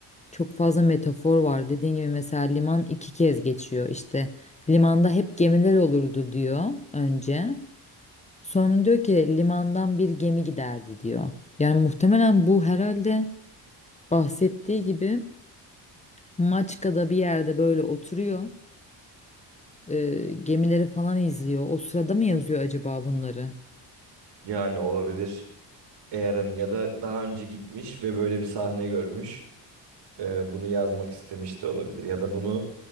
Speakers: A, on the left (about 15°); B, on the right (about 70°).
A: Çok fazla metafor var. Dediğim gibi mesela liman iki kez geçiyor. İşte limanda hep gemiler olurdu diyor önce. Sonra diyor ki limandan bir gemi giderdi diyor. Yani muhtemelen bu herhalde bahsettiği gibi Maçka'da bir yerde böyle oturuyor. e, gemileri falan izliyor. O sırada mı yazıyor acaba bunları?
B: Yani olabilir. Eğer'in ya da daha önce gitmiş ve böyle bir sahne görmüş. Ee, bunu yazmak istemiş de olabilir. Ya da bunu